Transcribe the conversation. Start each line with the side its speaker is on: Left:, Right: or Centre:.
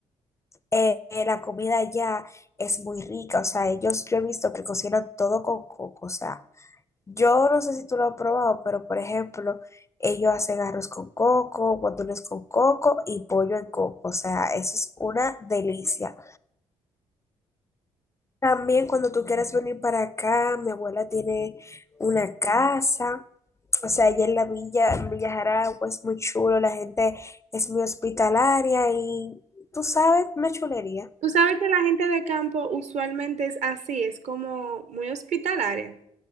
Left: eh, eh, la comida allá es muy rica, o sea, ellos yo he visto que cocinan todo con coco, o sea, Yo no sé si tú lo has probado, pero por ejemplo, ellos hacen arroz con coco, guandules con coco y pollo en coco. O sea, eso es una delicia. También cuando tú quieras venir para acá, mi abuela tiene una casa. O sea, allá en la villa, en Villa Jaragua, es muy chulo, la gente es muy hospitalaria y tú sabes, una chulería.
Right: Tú sabes que la gente de campo usualmente es así, es como muy hospitalaria.